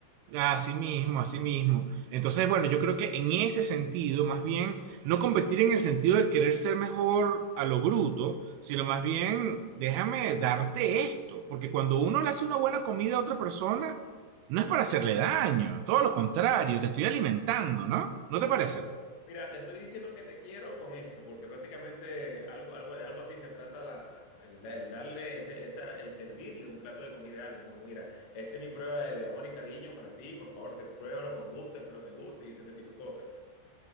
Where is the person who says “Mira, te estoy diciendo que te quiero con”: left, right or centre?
Left